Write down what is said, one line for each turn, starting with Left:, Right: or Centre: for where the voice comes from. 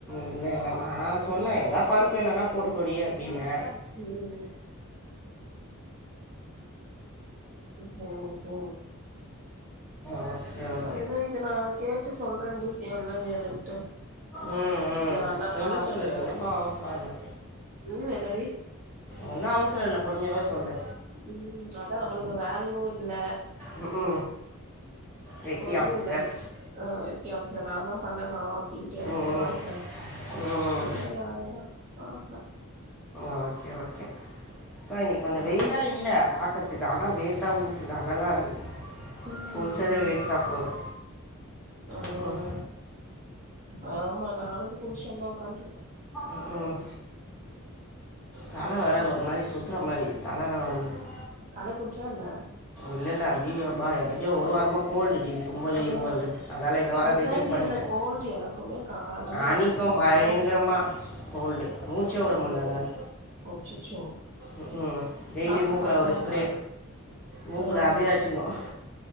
Centre: இல்ல இல்லநா சொன்னே எதா பருப்பு வேனுனா போட்டுக்கோடி அப்டினெ
Right: ம் செரி செரி
Centre: ஓகே ஓகே
Right: அதுதா இத நா கே ட்டு சொல்றேன்டி என்ன ஏதுன்ட்டு
Centre: ம் ம்
Right: இந்த அண்ணாக்கு
Centre: சொல்லு
Right: ஆட்ரு
Centre: சொல்லு ஒன்னுப்போ அவசரோ இல்ல
Right: ம் என்னடி
Centre: ஒன்னு அவசரோ இல்ல பொறுமயாவே சொல்லு
Right: ம் அதா நம்மளுக்கு வேலயு இல்ல
Centre: ம் ஹூ வெட்டி
Right: ஒண்ணு
Centre: ஆஃபிசர்
Right: இல்ல ஆ வெட்டி ஆஃபீஸர் நான் தா பண்ணலா அப்டின்ட்டு எனக்கு
Centre: ம்
Right: ஒரு ஆச
Centre: ம் ம்
Right: சேரி அவ்ளதா பாக்லா
Centre: ஓகே ஓகே அப்பா இன்னெக்கி கொஞ்சோ
Right: அப்புறோ
Centre: வெயிலா இல்ல பாக்கறதுக்கு அதா வேர்த்தா ஊத்துது அனலா இருக்குது
Right: ம்
Centre: குள்ச்சதே வேஸ்டா
Right: ம்
Centre: போது
Right: ஆ
Centre: ம் ஹூம்
Right: ஆமா நானு குள்ஷ்ட் வந்துதா உக்கான்ட்ருக்கே
Centre: ம் ஹூம் தல வேற
Right: ம்
Centre: ஒரு மாரி சுத்துற மாரி தலலா வலிக்குது
Right: தலைக் குளிச்சியா என்ன
Centre: இல்லல்ல ஐய்யய்யோ அம்மா எனக்கே ஒரு வாரமா கோல்டுடி தும்மலு
Right: ஆஹா
Centre: இருமலு அதால இந்த வாரோ
Right: அதுதாண்டி
Centre: ரிஜெக்ட் பண்ணிட்டே
Right: இந்த கோல்டு எனக்குமே கால்ல
Centre: அனி
Right: ஏஞ்சா
Centre: த்து
Right: அப்டிதா
Centre: பயங்கரமா
Right: இருக்குது
Centre: கோல்டு மூச்சே உட
Right: ஐயோ
Centre: முடில அதால
Right: அச்சச்சோ
Centre: ம் ஹூம் டெய்லி
Right: டாக்டர்
Centre: மூக்குல
Right: பாத்தியா
Centre: ஒரு ஸ்ப்ரே
Right: என்ன
Centre: மூக்கில்
Right: ஆ ம்
Centre: அதுவே ஆச்சுக்கும்